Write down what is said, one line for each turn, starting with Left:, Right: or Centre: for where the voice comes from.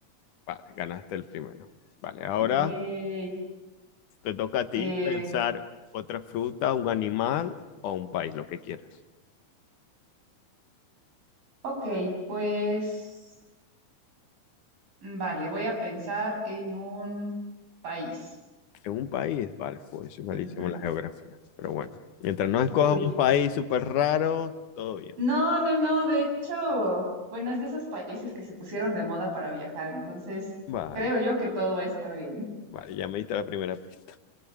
Left: vale, ganaste el primero. Vale, ahora
Right: Yay.
Left: te toca a ti
Right: Eh,
Left: pensar otra fruta, un animal o un país, lo que quieras.
Right: ok, pues, vale, voy a pensar en un país.
Left: En un país, vale, pues soy malísimo
Right: Ujú.
Left: en la geografía. Pero bueno, mientras no escojas
Right: Uy,
Left: un país súper raro, todo bien.
Right: No, no, no, de hecho, bueno, es de esos países que se pusieron de moda para viajar, entonces
Left: Vale,
Right: creo yo que todo va a estar bien.
Left: vale, ya me diste la primera pista.